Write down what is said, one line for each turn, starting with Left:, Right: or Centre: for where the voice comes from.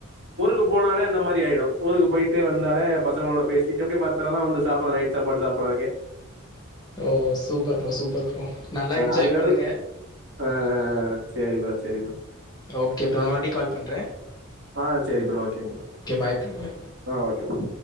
Right: ஊருக்கு போனாலே அந்த மாரி ஆயிடு ஊருக்கு போயிட்டு வந்தாலே பசங்களோட பேசிட்டு அப்டே பாத் த்றதா வந்து சாப்புடுற நைட் சாப்பாடு சாப்படுறதுக்கே
Left: ஓ சூப்பர் ப்ரோ சூப்பர் ப்ரோ நல்லா என்ஜாய்
Right: அதுக்கடு
Left: பண்ணுங்க
Right: ஆ ஆ ஆ சேரி ப்ரோ சேரி ப்ரோ
Left: ஓகே ப்ரோ நா மறுபுடி கால் பண்றே
Right: ஆ சேரி ப்ரோ ஓகேங்க ப்ரோ
Left: பாய் ப்ரோ பாய்
Right: ஆ ஓகே ப்ரோ